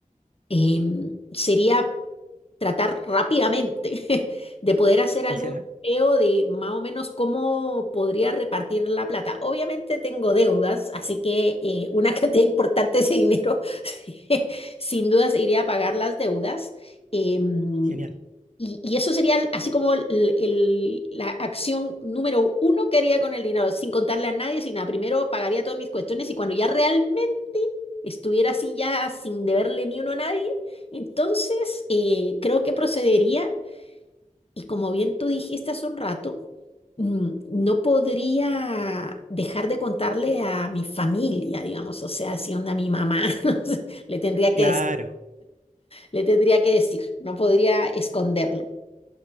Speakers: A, on the left; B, on the right.
A: em, sería tratar rápidamente <laughs> de poder hacer algún
B: Ya,
A: peo de más o menos cómo podría repartir la plata. Obviamente tengo deudas, así que eh, una <laughs> cantidad importante de ese dinero <laughs> sin dudas iría a pagar las deudas. em,
B: genial.
A: y, y eso sería el- así como el- el- la acción número uno que haría con el dinero, sin contarle a nadie, sin nada. Primero pagaría todas mis cuestiones y cuando ya realmente estuviera así ya sin deberle ni uno a nadie, entonces, eh, creo que procedería, y como bien tú dijiste hace un rato, mm, no podría dejar de contarle a mi familia, digamos, o sea, si onda mi mamá, <laughs> no sé, le tendría que,
B: Claro.
A: dec- le tendría que decir, no podría esconderlo.